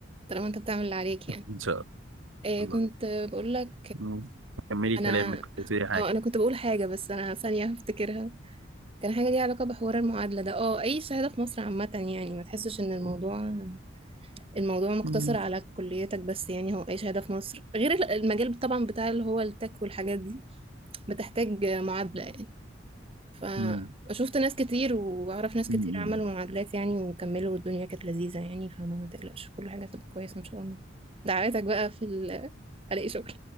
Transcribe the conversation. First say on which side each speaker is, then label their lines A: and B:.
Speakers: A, on the right; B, on the right.
A: طالما انت بتعمل اللي عليك يعني
B: ان شاء
A: آه،
B: الله
A: كنت
B: الله
A: بقول لك
B: مم. كملي
A: انا
B: كلامك كنت بتقولي حاجة
A: اه انا كنت بقول حاجه بس انا ثانيه هفتكرها كان حاجه ليها علاقه بحوار المعادله ده اه اي شهاده في مصر عامه يعني ما تحسش ان الموضوع الموضوع مقتصر
B: مم.
A: على كليتك بس يعني هو اي شهاده في مصر غير ال- المجال طبعا بتاع اللي هو التك والحاجات دي بتحتاج معادله يعني فشفت
B: مم.
A: ناس كتير واعرف ناس كتير
B: مم.
A: عملوا معادلات يعني وكملوا والدنيا كانت لذيذه يعني فما تقلقش كل حاجه هتبقى كويسه ان شاء الله دعواتك بقى في ال- الاقي شغل